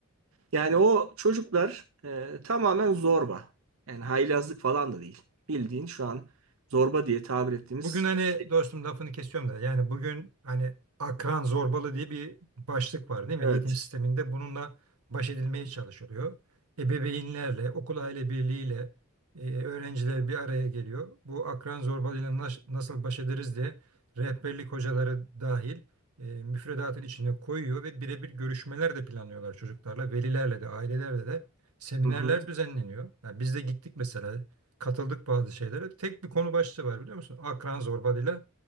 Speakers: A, on the right; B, on the right.
A: Yani o çocuklar e, tamamen zorba. Yani haylazlık falan da değil. Bildiğin şu an zorba diye tabir ettiğimiz
B: Bugün hani
A: şey.
B: dostum lafını kesiyorum da yani bugün hani akran zorbalığı diye bir başlık var değil mi?
A: Evet.
B: Eğitim sisteminde bununla baş edilmeye çalışılıyor. Ebeveynlerle, okul aile birliğiyle e, öğrenciler bir araya geliyor. Bu akran zorbalığıyla nas- nasıl baş ederiz diye rehberlik hocaları dahil e, müfredatın içine koyuyor ve birebir görüşmeler de planlıyorlar çocuklarla, velilerle de, ailelerle de seminerler
A: Hı hı.
B: düzenleniyor. Yani biz de gittik mesela katıldık bazı şeylere. Tek bir konu başlığı var biliyor musun? Akran zorbalığıyla